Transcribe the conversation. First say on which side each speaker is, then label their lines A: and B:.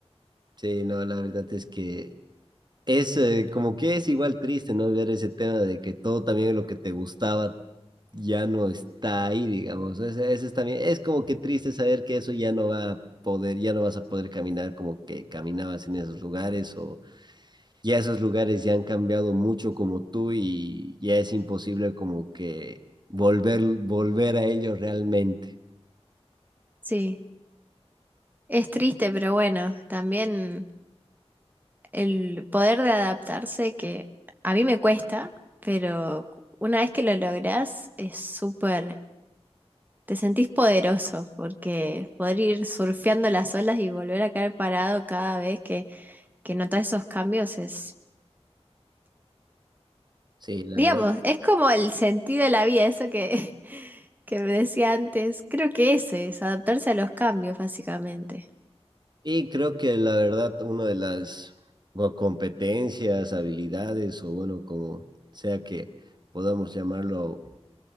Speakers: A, on the right (about 40°); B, on the right (about 15°).
A: Sí, no, la verdad es que... Es eh, como que es igual triste, ¿no? Ver ese tema de que todo también lo que te gustaba ya no está ahí, digamos. Ese, ese es también, es como que triste saber que eso ya no va a poder, ya no vas a poder caminar como que caminabas en esos lugares o ya esos lugares ya han cambiado mucho como tú y ya es imposible como que volver, volver a ellos realmente.
B: sí. Es triste, pero bueno, también el poder de adaptarse que a mí me cuesta, pero una vez que lo lográs es súper Te sentís poderoso porque poder ir surfeando las olas y volver a caer parado cada vez que, que notas esos cambios es,
A: Sí, la
B: digamos,
A: verdad.
B: es como el sentido de la vida, eso que, <laughs> que me decía antes. Creo que ese es adaptarse a los cambios, básicamente.
A: Y creo que la verdad, una de las bueno, competencias, habilidades o bueno, como sea que podamos llamarlo